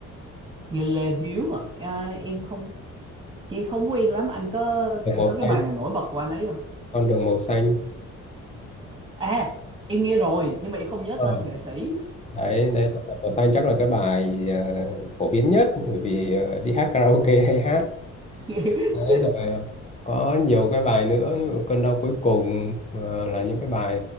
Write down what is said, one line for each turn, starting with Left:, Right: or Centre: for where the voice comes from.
Right: nghe Lê Hiếu à, à em không nghe không quen lắm anh có
Left: đường
Right: anh
Left: màu
Right: có cái
Left: xanh
Right: bài nào nổi bật của anh ấy không
Left: con đường màu xanh
Right: à em nghe rồi nhưng mà em không nhớ
Left: Ờ.
Right: tên nghệ sĩ
Left: đấy đấy con đường màu xanh chắc là cái bài ờ, phổ biến nhất bởi vì ờ, đi hát karaoke hay hát
Right: <laughs>
Left: Đấy, rồi có nhiều cái bài nữa như cơn đau cuối cùng ờ, là những cái bài